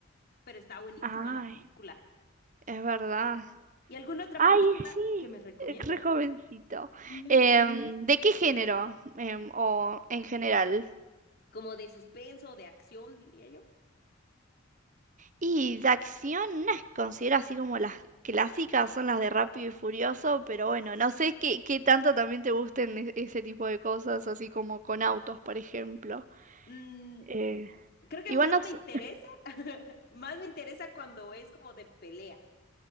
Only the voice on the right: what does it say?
Ay,
es verdad.
Ay,
sí,
es re jovencito.
Em, ¿de qué género? Em, o en general.
Y de acción, no es considero así como las clásicas son las de Rápido y Furioso, pero bueno, no sé qué, qué tanto también te gusten e- ese tipo de cosas, así como con autos, por ejemplo.
Eh,
igual
no...
so-